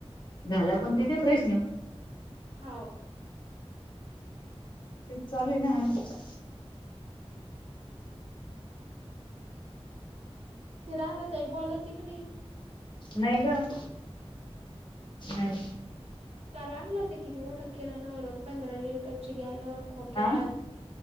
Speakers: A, on the left (about 45°); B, on the right (about 65°).
A: घाला पण तिथे प्रश्न
B: हौ
A: तेच चालूये ना आमचं
B: ती राधा ताई बोलली तिकडी
A: नाही गं नाही
B: त्याला आणलं होतं किती मोठ्या किराणावरून पंधरा लिटरची गॅलन खोक्यात
A: आ?